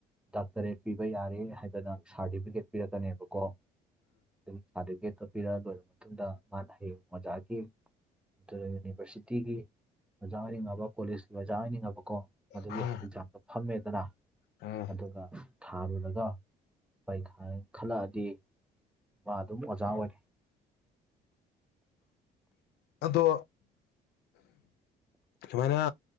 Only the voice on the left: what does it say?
ꯎꯝ ꯎꯝ
ꯎꯝ
ꯑꯗꯣ ꯁꯨꯃꯥꯏꯅ